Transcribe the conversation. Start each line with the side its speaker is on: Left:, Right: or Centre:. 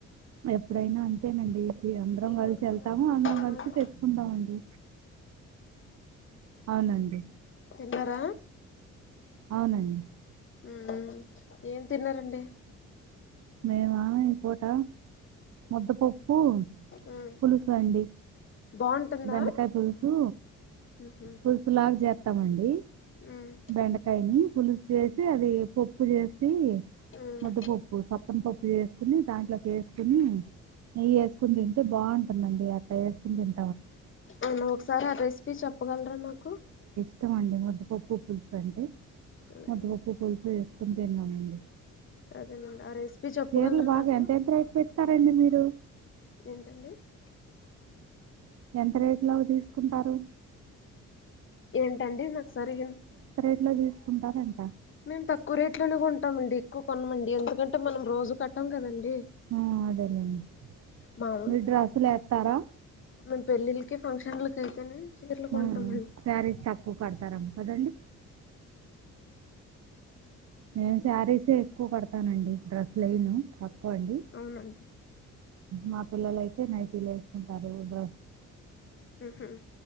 Right: ఎప్పుడైనా అంతెనండి అందరం
Left: ఏం
Right: కలిసి
Left: వండుకున్నారండి
Right: వెళ్తాము అందరం
Left: మీరు ఈరోజు
Right: కలిసి తెచ్చుకుంటామండి అవునండి
Left: తిన్నర
Right: అవునండి
Left: ఉమ్ ఏం తిన్నారండి
Right: మేవా ఇ పుట ముద్ద ప ప్పు
Left: ఉమ్
Right: పులుసు అండి
Left: బాగుంటుందా
Right: బెండకాయ పులుసు
Left: ఉహు
Right: పులుసులాగా చేస్తామండి
Left: ఉమ్
Right: బెండకాయని పులుసు చేసి అది పప్పు చేస్త సి
Left: ఉమ్
Right: ముద్ద పప్పు చే పప్పు చేసుకుని దాంట్లోకి ఏసుకుని నెయ్యి ఏసుకుని తింటే బాగుంటుందండి. అట్ట వేసుకుని తిం
Left: అవును ఒకసారి ఆ రెసిపీ చెప్పగలరా నాకు
Right: ష్టంమండి ముద్దపప్పు పులుసు అంటే
Left: అదేనండి
Right: ముద్దపప్పు పూలుసు వేసుకునీ తిన్నామండి
Left: అదేనండి ఆ రెసిపీ చెప్పగలరా
Right: సేర్లు బాగా
Left: నాకు
Right: ఎంతేంత రేట్ పెడతారెంది మీర్
Left: ఏంటండి
Right: ఎంత రేట్లో అవి తీసుకుంటారు
Left: ఏంటండి నాకు సరిగ
Right: ఏట్ల తీసుకుంటరాని
Left: మేము తక్కువ రేట్లోనే కొంటామండి. ఎక్కువ కొనమండి ఎందుకంటే మనం రోజు కట్టాం కదండి
Right: ఆ, అదేలేండి
Left: మామ్
Right: మీరు డ్రెస్సులు వేస్తారా
Left: మేము పెళ్ళిళ్ళకి ఫంక్షన్లకు అయితేనే చీరలు
Right: హు
Left: కొంటామండి
Right: సారిస్ తక్కువ కడతారెమో కదండి నేను శారీసే ఎక్కువ కడతానండి డ్రేస్సులు ఏయను ఏవండీ
Left: అవునండి
Right: మా పిల్లలయితే నైటీలు వేసుకు సరే బ
Left: హ్ హ్